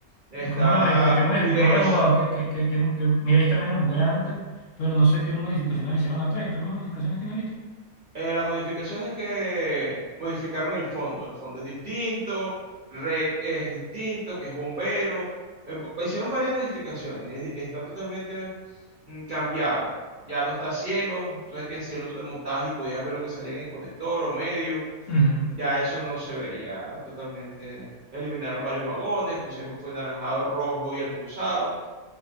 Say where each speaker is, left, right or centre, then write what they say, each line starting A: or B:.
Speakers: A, on the right (about 45°); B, on the left (about 65°).
A: Está
B: ¿Y cómo lo modi- qué, qué modific-
A: Mirage,
B: No lo he jugado. ¿Qué, qué, qué, qué- qué- Mira, ahí también lo jugué antes, pero no sé qué modificaciones le hicieron a Train. ¿Qué modificaciones tiene ahorita?
A: Eh, la modificación es que modificaron el fondo. El fondo es distinto, rec es distinto, que es bombero. em, hicieron varias modificaciones. e- Está totalmente mm, cambiado. Ya no está cielo. Entonces que en cielo tú te montabas y podías ver lo que salía en el conector o medio.
B: Ujú,
A: Ya eso no se ve. Ya totalmente eliminaron varios vagones, pusieron fue naranjado, rojo y el cruzado